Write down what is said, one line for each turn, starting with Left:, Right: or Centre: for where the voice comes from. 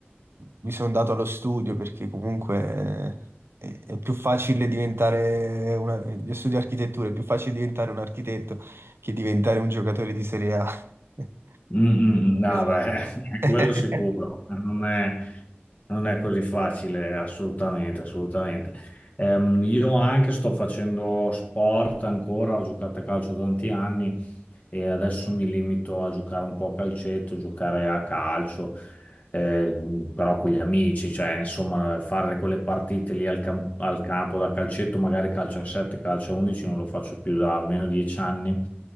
Right: mi sono dato allo studio perché comunque è, è più facile diventare una, io studio architettura, è più facile diventare un architetto che diventare un giocatore di Serie A. <laughs>
Left: Mm, mm, no,
Right: Esatto.
Left: beh, <laughs>
Right: <laughs>
Left: quello sicuro, non è, non è così facile, assolutamente, assolutamente. Ehm, io anche sto facendo sport ancora, ho giocato a calcio tanti anni, e adesso mi limito a giocare un po' a calcetto, giocare a calcio, eh, però con gli amici, cioè insomma fare quelle partite lì al, cam- al campo da calcetto, magari calcio a 7, calcio a 11, non lo faccio più da almeno 10 anni